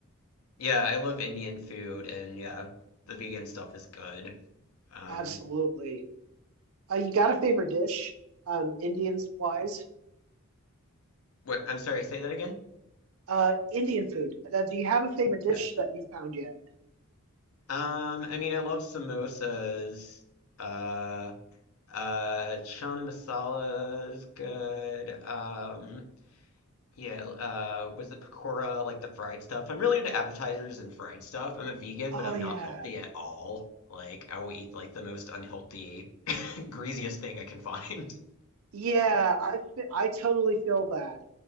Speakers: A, on the left (about 75°); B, on the right (about 75°).
A: yeah, I love Indian food and yeah, the vegan stuff is good. Um,
B: Absolutely. Uh, you got a favorite dish, um, Indians wise?
A: what I'm sorry, say that again?
B: Uh, Indian food. Uh, do you have a favorite dish
A: Yeah.
B: that you found yet?
A: Um, I mean, I love samosas. Uh, Uh, Chana Masala is good. Um, yeah, uh, was it pakora, like the fried stuff? I'm really into appetizers and fried stuff. I'm a vegan,
B: Oh
A: but I'm
B: yeah.
A: not healthy at all. Like, I will eat like the most unhealthy, <laughs> greasiest thing I can find. <laughs>
B: Yeah, I fe- I totally feel that.